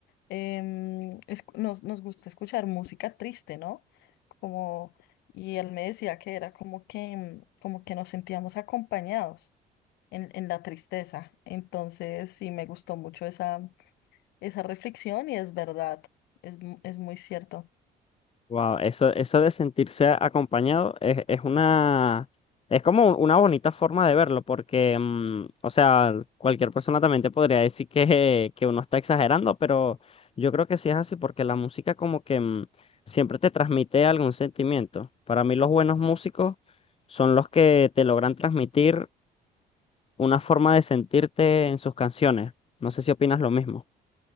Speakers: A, on the left; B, on the left.
A: em, es- nos, nos gusta escuchar música triste, ¿no? Como, y él me decía que era como que, em, como que nos sentíamos acompañados en, en la tristeza. Entonces, sí, me gustó mucho esa, esa reflexión y es verdad, es, mu- es muy cierto.
B: Wow, eso, eso de sentirse acompañado es, es una, es como una bonita forma de verlo, porque, mm, o sea, cualquier persona también te podría decir que, que uno está exagerando, pero yo creo que sí es así, porque la música como que mm, siempre te transmite algún sentimiento. Para mí los buenos músicos son los que te logran transmitir una forma de sentirte en sus canciones. No sé si opinas lo mismo.